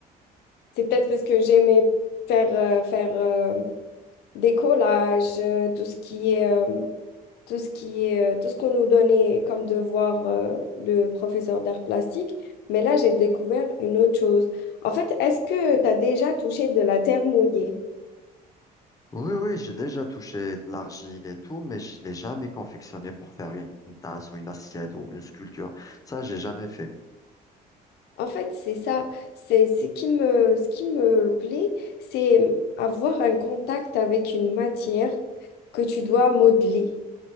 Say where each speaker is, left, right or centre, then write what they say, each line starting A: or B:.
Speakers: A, on the left; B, on the left.
A: c'est peut-être parce que j'aimais faire, euh, faire euh, des collages, euh, tout ce qui est, euh, tout ce qui est, euh, tout ce qu'on nous donnait comme devoir, euh, le professeur d'art plastique. Mais là, j'ai découvert une autre chose. En fait, est-ce que tu as déjà touché de la terre mouillée?
B: Oui, oui, j'ai déjà touché de l'argile et tout, mais je l'ai jamais confectionné pour faire une tasse ou une assiette ou une sculpture. Ça, j'ai jamais fait.
A: En fait, c'est ça. C'est, c'est qui me, ce qui me plaît, c'est avoir un contact avec une matière que tu dois modeler.